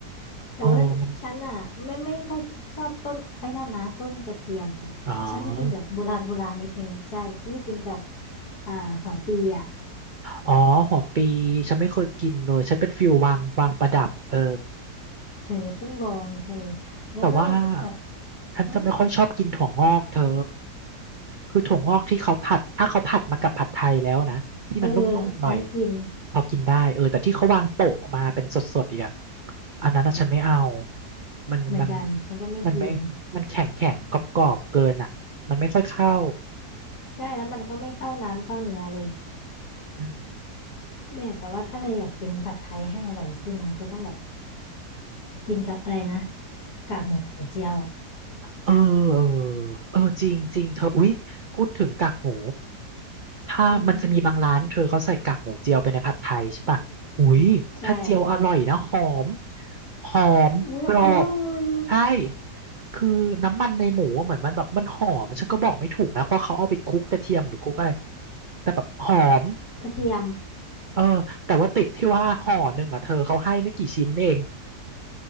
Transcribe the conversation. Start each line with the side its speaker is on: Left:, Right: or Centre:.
Left: แต่ว่าฉันอ่ะไม่ไม่ค่อยชอบต้นไอ้นั่นนะต้นกระเทียมอะฉันจะกินแบบโบราณโบราณนิดนึงใช่ฉันจะกินกับ
Right: โอ้มันอ๋อ
Left: อ่าหัวปีอ่ะ
Right: อ๋อหัวปีฉันไม่เคยกินเลยฉันเป็นฟิววางวางประดับเออ
Left: เธอต้องลองเธอแล้วก็แบบ
Right: แต่ว่าฉันจะไม่ค่อยชอบกินถั่วงอกเธอ
Left: อืม
Right: คือถั่วงอกที่เขาผัดถ้าเขาผัดมากับผัดไทยแล้วนะที่มันนุ่มๆหน่อย
Left: เออเอออันนั้นกิน
Right: พอกินได้เออแต่ที่เขาวางโปะมาเป็นสดๆอีกอะอันนั้นอะฉันไม่เอามันมัน
Left: เหมือนกันฉันก็ไม่กิน
Right: มันไม่มันแข็งแข็งกรอบๆเกินอะมันไม่ค่อยเข้า
Left: ใช่แล้วมันก็ไม่เข้าน้ำเข้าเนื้อเลย
Right: อืม
Left: เนี่ยแต่ว่าถ้าเธออยากกินผัดไทยให้อร่อยขึ้นนะเธอต้องแบบกินกับอะไรนะกากหมูเจียวอ่ะ
Right: เออเออเออจริงจริงเธออุ๊ยพูดถึงกากหมูถ้ามันจะมีบางร้านเธอเขาใส่กากหมูเจียวไปในผัดไทยใช่ปะอุ๊ยถ้าเจียวอร่อยนะหอม
Left: อืมใช่
Right: หอมกรอบ
Left: อุ้ยอร่อย
Right: ใช่คือน้ำมันในหมูอะเหมือนมันแบบมันหอมฉันก็บอกไม่ถูกนะเพราะเขาเอาไปคลุกกระเทียมหรือคลุกอะไรแต่แบบหอม
Left: กระเทียม
Right: เออแต่ว่าติดที่ว่าห่อหนึ่งอ่ะเธอเขาให้ไม่กี่ชิ้นเอง